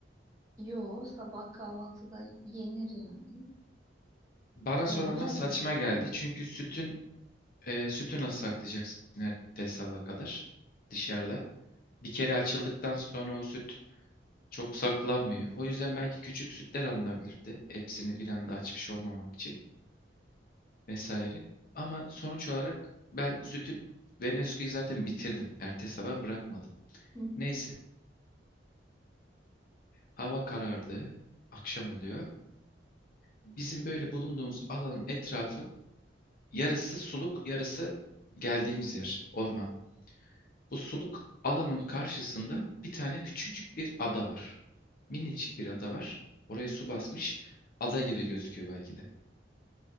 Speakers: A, on the right; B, on the left.
A: Yo, sabah kahvaltıda yenir yani.
B: Bana sonradan
A: Yenmez
B: saçma
A: mi?
B: geldi. Çünkü sütün e, sütü nasıl saklayacaksın ertesi sabaha kadar dışarıda? Bir kere açıldıktan sonra o süt çok saklanmıyor. O yüzden belki küçük sütler alınabilirdi. Hepsini bir anda açmış olmamak için vesaire. Ama sonuç olarak ben sütü ve Nesquik'i zaten bitirdim. Ertesi sabah bırakmadım.
A: Hı hı,
B: Neyse. Hava karardı. Akşam oluyor. Bizim böyle bulunduğumuz alanın etrafı yarısı suluk, yarısı geldiğimiz yer, orman. Bu suluk alanın karşısında bir tane küçücük bir ada var. Minicik bir ada var. Oraya
A: hı
B: su
A: hı.
B: basmış. Ada gibi gözüküyor belki de.